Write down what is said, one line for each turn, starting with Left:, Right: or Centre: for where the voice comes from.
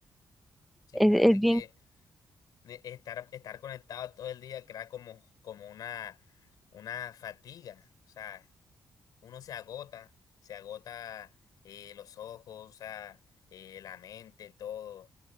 Left: Sí,
Centre: Es,
Left: la verdad
Centre: es
Left: es
Centre: bien,
Left: que eh, estar, estar conectado todo el día crea como, como una, una fatiga. O sea, uno se agota, se agota eh, los ojos, o sea, eh, la mente, todo,